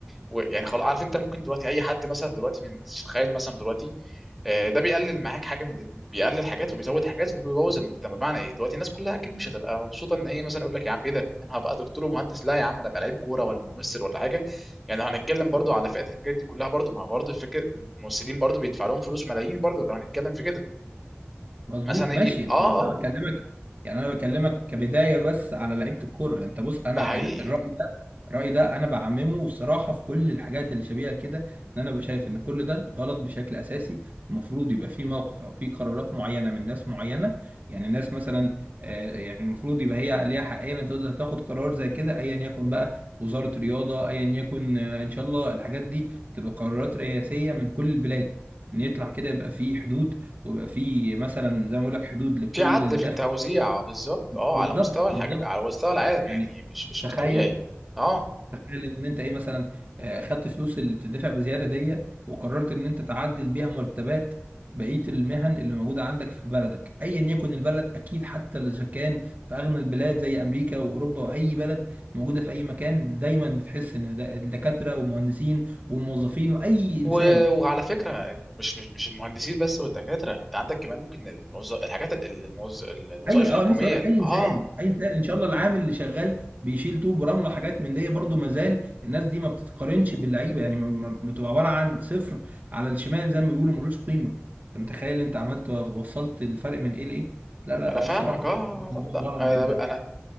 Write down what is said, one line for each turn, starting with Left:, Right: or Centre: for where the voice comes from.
Centre: و يعني خلاص عارف انت ممكن دلوقتي اي حد مثلا دلوقتي من الناس تخيل مثلا دلوقتي آه، ده بيقلل معاك حاجه من الاتنين بيقلل حاجات وبيزود حاجات وبيبوظ المجتمع بمعنى ايه دلوقتي الناس كلها اكيد مش هتبقى مبسوطه ان هي مثلا يقول لك يا عم ايه ده انا هبقى دكتور ومهندس لا يا عم انا ابقى لعيب كوره ولا ممثل ولا حاجه يعني لو هنتكلم برضو على فئات الحاجات دي كلها برضو مع برضو فكره الممثلين برضو بيدفع لهم فلوس ملايين برضو لو هنتكلم في كده
Right: مظبوط
Centre: مثلا يجي
Right: ماشي يعني
Centre: اه اه
Right: انا بكلمك يعني انا بكلمك كبدايه بس على لعيبه الكوره انت بص انا
Centre: ده حقيقي
Right: ال- الراي ده الراي ده انا بعممه صراحه في كل الحاجات اللي شبيهه كده ان انا بشايف ان كل ده غلط بشكل اساسي المفروض يبقى في موقف او في قرارات معينه من ناس معينه يعني ناس مثلا آه، يعني المفروض يبقى هي ليها حقيه ان تقدر تاخد قرار زي كده ايا يكن بقى وزاره رياضه ايا يكن آه، ان شاء الله الحاجات دي تبقى قرارات رئاسيه من كل البلاد ان يطلع كده يبقى في حدود ويبقى في مثلا زي ما بقول لك حدود لكل
Centre: في عدل
Right: الدخل
Centre: في التوزيع بالظبط
Right: بالظبط
Centre: اه على مستوى الحاجة
Right: بالظبط
Centre: على مستوى العالم
Right: يعني
Centre: يعني مش مش
Right: تخيل
Centre: مش طبيعي اه
Right: تخيل ان انت ايه مثلا آه، خدت فلوس اللي بتدفع بزياده دي وقررت ان انت تعدل بيها مرتبات بقيه المهن اللي موجوده عندك في بلدك ايا يكن البلد اكيد حتى اذا كان في اغنى البلاد زي امريكا واوروبا واي بلد موجوده في اي مكان دايما بتحس ان ده- الدكاتره والمهندسين والموظفين واي انسان
Centre: و... وعلى فكره مش مش مش المهندسين بس والدكاتره انت عندك كمان ممكن الموز... الحاجات ال- الموز... الوظائف
Right: اي اه
Centre: الحكوميه
Right: لسه هقول
Centre: ال-
Right: لك اي انسان
Centre: اه
Right: اي انسان ان شاء الله العامل اللي شغال بيشيل طوب ورمله وحاجات من دي برضه ما زال الناس دي ما بتتقارنش باللعيبه يعني ما- ما- بتبقى عباره عن صفر على الشمال زي ما بيقولوا ملوش قيمه انت متخيل انت عملت وصلت الفرق من ايه لايه لا لا
Centre: انا
Right: لا
Centre: فاهمك
Right: الصراحه
Centre: اه
Right: الموضوع
Centre: لا
Right: غلط
Centre: لا
Right: جدا
Centre: انا